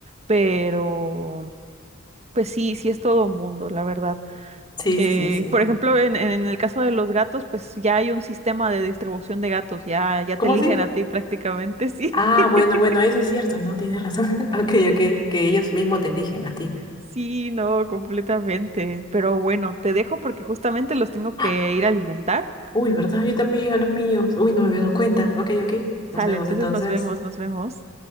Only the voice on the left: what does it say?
Sí,
sí, sí, sí.
¿Cómo
así?
Ah,
bueno, bueno, eso es cierto, no, tienes razón. <laughs> Ok, ok, que ellos mismos te eligen a ti.
¡Ah!
Uy, ¿verdad? Yo también a los míos. Uy, no me había dado cuenta. Ok, ok.
Nos vemos
entonces.